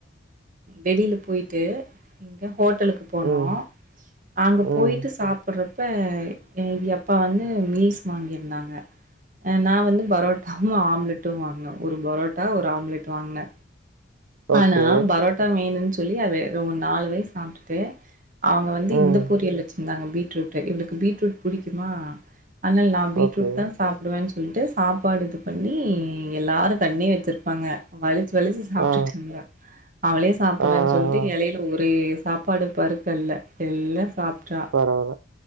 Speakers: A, on the right (about 40°); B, on the right (about 85°).
A: வெளில போயிட்டு ஷக்ஷஹோட்டல் போனோ
B: ம். ம்.
A: அங்க போயிட்டு
B: ம்.
A: சாப்பிடுறப்ப இவிங்க அப்பா வந்து மீல்ஸ் வாங்கிருந்தாங்க ஆ நா வந்து பரோட்டாவு ஆம்லெட்டு வாங்குனே ஒரு பரோட்டா ஒரு ஆம்லெட் வாங்குனே
B: ஓகே.
A: ஆனா பரோட்டா மீன்னு சொல்லி அவ நாலு வயசு சாப்பிட்டுட்டு அவங்க வந்து
B: ம்.
A: இந்த பொரியல் வச்சிருந்தாங்க பீட்ரூட்டு இவளுக்கு பீட்ரூட் புடிக்குமா ஆனா நான் பீட்ரூட
B: ஓகே.
A: தான் சாப்பிடுவேன்னு சொல்லிட்டு சாப்பாடு இது பண்ணி எல்லாரும் தண்ணி வச்சிருப்பாங்க வலிச்சு வலிச்சு ட்டு
B: ஆ.
A: இருந்தே அவளே சாப்பிடுறேன்னு
B: ஆ.
A: சொல்லிட்டு
B: ஆ. ஆ.
A: இலயில ஒரே சாப்பாடு பருக்கல்ல எல்லா சாப்புரா
B: பரவால்ல.